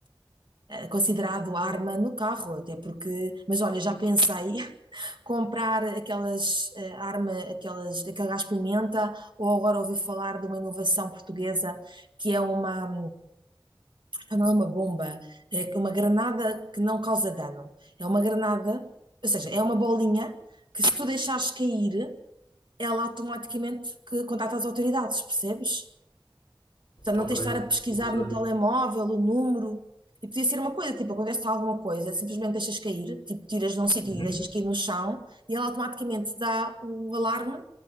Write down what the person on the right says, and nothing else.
eh, considerado arma no carro, até porque, mas olha, já pensei <laughs> comprar aquelas eh, arma, aquelas, aquele gás pimenta, ou agora ouvi falar de uma inovação portuguesa que é uma ah, Não é uma bomba, é que uma granada que não causa dano. É uma granada, ou seja, é uma bolinha que se tu deixares cair, ela automaticamente que contacta as autoridades, percebes? Portanto,
não tens de estar a pesquisar
no telemóvel o número. E podia ser uma coisa, tipo, acontece alguma coisa, simplesmente deixas cair, tipo, tiras de um sítio
e deixas cair no chão, e ela automaticamente dá o alarme